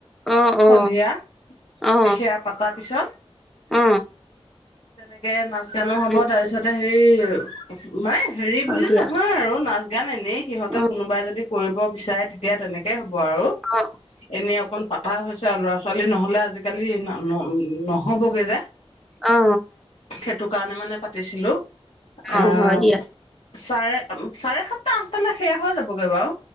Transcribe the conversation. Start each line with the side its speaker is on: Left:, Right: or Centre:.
Centre: অ
Left: সন্ধিয়া,
Centre: অ অ
Left: সেয়া পাতাৰ পিছত
Centre: অ
Left: তেনেকে নাচ-গানো ম তাৰপিছত
Centre: অ উম
Left: এইয়া সেই মায়ে হেৰি বুলি
Centre: হয় দিয়া
Left: নহয় আৰু নাচ গান এনেই সিহঁতে
Centre: অ
Left: কোনোবাই যদি কৰিব চাই তেতিয়া তেনেকে হ'ব আৰু
Centre: অ
Left: এনে অকণ পাতা হৈ ল'ৰা-ছোৱালী নহ'লে আজি কালি ন- ন নহ'বগে যে!
Centre: অ
Left: সেত ন মানে দিছিলোঁ
Centre: অ
Left: আও
Centre: হয় দিয়া
Left: চাৰে, চাৰেসাতটা আঠটালৈ শেষ হৈ যাবগৈ বাৰু!